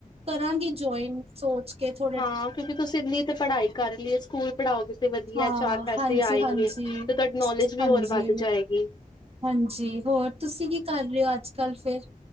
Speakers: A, on the right; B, on the left.
A: ਕਰਾਂ ਗੀ ਜੋਆਇਨ ਸੋਚ ਕੇ ਥੋੜ
B: ਹਾਂ, ਕਿਉਂਕਿ ਤੁਸੀਂ ਇੰਨੀ ਤੇ ਪੜ੍ਹਾਈ ਕਰ ਲਈਏ ਸਕੂਲ ਪੜ੍ਹਾਓਗੇ ਤੇ ਵਧੀਆ
A: ਹਾਂ
B: ਚਾਰ ਪੈਸੇ
A: ਹਾਂਜੀ
B: ਆਏਂਗੇ
A: ਹਾਂਜੀ
B: ਤੇ ਤੁਹਾਡੀ ਨੌਲੇਜ ਵੀ
A: ਹਾਂਜੀ
B: ਹੋਰ ਵੱਧ ਜਾਏਗੀ
A: ਹਾਂਜੀ, ਹੋਰ ਤੁਸੀਂ ਕੀ ਕਰ ਰਹੇ ਓ ਅੱਜ ਕੱਲ੍ਹ ਫੇਰ